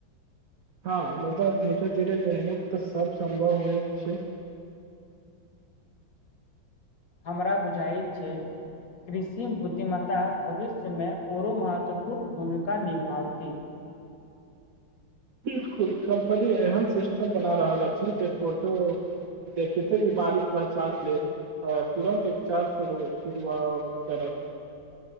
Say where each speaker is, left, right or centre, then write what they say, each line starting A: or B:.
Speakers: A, on the right; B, on the left.
A: हँ, मुदाऽ धीरे -धीरे मेहनत तऽ सब सम्भव होइत छै।
B: हमरा बुझाइत छै। कृषि बुद्धिमत्ता, भविष्यमे आओरो महत्वपूर्ण भूमिका निभथि।
A: 'बिलकुल' कम्पनी एहन सिस्टम बना रहल अछि, जे फोटो देखे ते बीमारी पहचान लेब। अ तुरन्त उपचार सुरुआत करत।